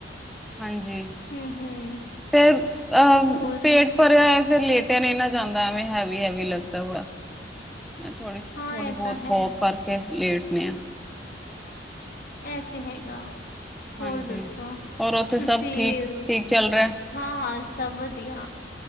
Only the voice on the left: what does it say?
ਹੂੰ-ਹੂੰ,
ਹੋਰ
ਹਾਂ
ਇਹ
ਤਾਂ ਹੈ,
ਇਹ ਤੇ ਹੈਗਾ ਹੋਰ
ਦੱਸੋ
ਤੁਸੀਂ
ਹਾਂ ਹਾਂ ਸਭ ਵਧੀਆ